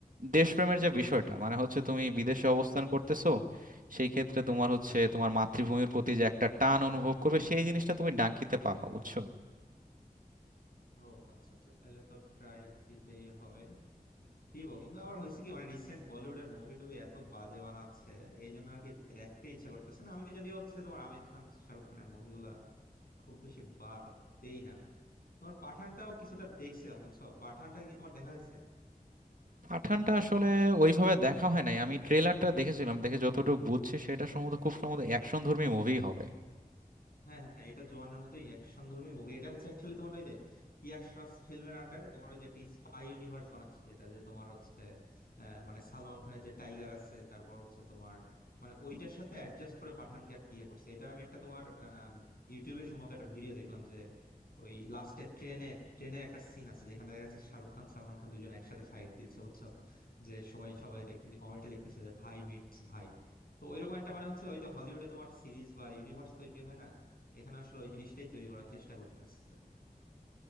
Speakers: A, on the right; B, on the left.
A: দেশপ্রেমের যে বিষয়টা মানে হচ্ছে তুমি বিদেশে অবস্থান
B: আচ্ছা
A: করতেছো সেই ক্ষেত্রে তোমার হচ্ছে তোমার মাতৃভূমির প্রতি যে একটা টান অনুভব করবে সেই জিনিসটা তুমি ডাঙ্কিতে পাবা বুঝছো
B: ও আচ্ছা আচ্ছা তাহলে তো ট্রাই দিতেই হবে দিব কিন্তু আবার হয়েছে কি মানে রিসেন্ট বলিউডের মুভি টুবি এত বাজে বানাচ্ছে এই জন্য আর কি দেখতে ইচ্ছা করতেছে না আমি যদিও হচ্ছে তোমার আমির খান শাহরুখ খানের মুভিগুলা খুব বেশি বাদ দেই না তোমার পাঠানটাও কিছুটা দেখছিলাম বুঝছো পাঠানটা কি তোমার দেখা হয়েছে
A: পাঠানটা আসলে ওইভাবে দেখা হয় নাই আমি ট্রেলারটা দেখেছিলাম দেখে যতটুকু বুঝছি সেটা সম্ভবত খুব সম্ভবত অ্যাকশন ধর্মী মুভি হবে
B: হ্যাঁ হ্যাঁ এটা জোয়ানের মতোই অ্যাকশন ধর্মী মুভি এটা হচ্ছে অ্যাকচুয়ালি তোমার ওই যে ইয়াশ রাজ ফিল্মের আন্ডারে তোমার ওই যে একটা স্পাই ইউনিভার্স বানাচ্ছে যেটা যে তোমার হচ্ছে আহ, মানে সালমান খানের যে টাইগার আছে তারপর হচ্ছে তোমার মানে ওইটার সাথে অ্যাডজাস্ট করে পাঠানকে আর কি ইয়ে করছে এটা আমি একটা তোমার আহ, ইউটিউবে সম্ভবত একটা ভিডিও দেখলাম যে ওই লাস্টে ট্রেনে ট্রেনের একটা সিন আছে যেখানে দেখা যাচ্ছে শাহরুখ খান সালমান খান দুজন একসাথে ফাইট দিচ্ছে বুঝছো যে সবাই সবাই দেখতেছে কমেন্টে লিখতেছে যে ভাই মিটস ভাই তো ওইরকম একটা মানে হচ্ছে ওই যে হলিউডে তোমার সিরিজ বা ইউনিভার্স তৈরি হয় না এখানে আসলে ওই জিনিসটাই তৈরি করার চেষ্টা করতেছে